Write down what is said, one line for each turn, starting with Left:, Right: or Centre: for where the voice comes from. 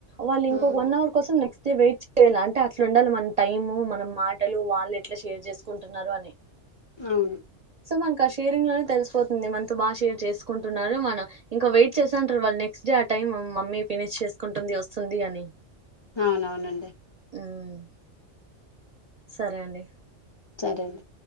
Right: వాళ్ళు ఇంకొక
Left: ఉమ్
Right: వన్ అవర్ కోసం నెక్స్ట్ అయితే వెయిట్ చేయాల అంటే అట్లా ఉండాలి మన టైము మన మాటలు వాళ్ళు ఎట్లా షేర్ చేసుకుంటున్నారు అని
Left: అవును
Right: సో మన ఆ షేరింగ్ లోనే తెలిసిపోతుంది మనతో బాగా షేర్ చేసు కుంటున్నారు మనం ఇంకా వెయిట్ చేసా అంటారు వాళ్ళు నెక్స్ట్ డే ఆ టైం మమ్మీ ఫినిష్చేసుకుంటుంది వస్తుంది అని
Left: అవునవునండి
Right: హ్మ్. సరే అండి
Left: సరే అండి